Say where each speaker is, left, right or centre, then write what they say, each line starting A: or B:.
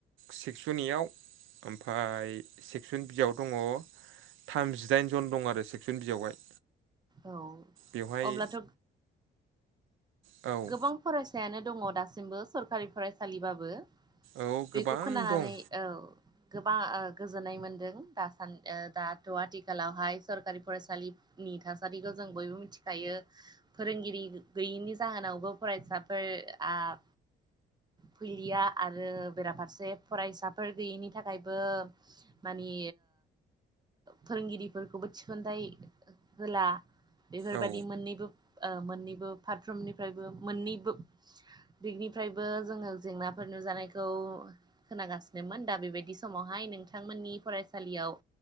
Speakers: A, on the right; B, on the right.
A: सेक्सनयाव ओमफाय सेक्सन बियाव दङ थामजिदाइन जन दं आरो सेक्सन बियावहाय
B: औ
A: बेवहाय
B: अब्लाथ'
A: औ
B: गोबां फरायसायानो दङ दासिमबो सरखारि फरायसालिबाबो
A: औ गोबां
B: बेखौ खोनानानै
A: दं
B: औ गोबां ओ गोजोननाय मोनदों दास दाथ' आथिखालावहाय सरकारि फरायसालि नि थासारिखौ जों बयबो मिथिखायो फोरोंगिरि गैयिनि जाहोनावबो फरायसाफोर आ फैलिया आरो बेराफारसे फरायसाफोर गैयैनि थाखायबो मानि फोरोंगिरिफोरखौबो थिसनथाइ होला बेफोरबायदि
A: औ
B: मोननैबो ओ मोननैबो पारुमनि फ्रायबो मोननैबो दिगनिफ्रायबो जोङो जेंनाफोर नुजानायखौ खोनागासिनोमोन दा बेबायदि समावहाय नोंथांमोननि फरायसालियाव